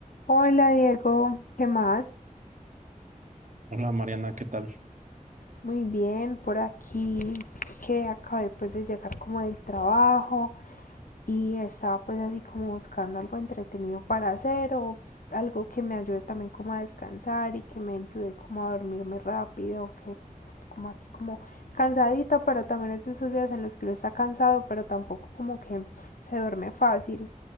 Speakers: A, on the left; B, on the right.
A: Hola Diego, ¿qué más?
B: Hola Mariana, ¿qué tal?
A: Muy bien, por aquí que acabé pues de llegar como del trabajo y estaba pues así como buscando algo entretenido para hacer o algo que me ayude también como a descansar y que me ayude como a dormirme rápido, que estoy como así como cansadita, pero también es de esos días en los que uno está cansado, pero tampoco como que se duerme fácil.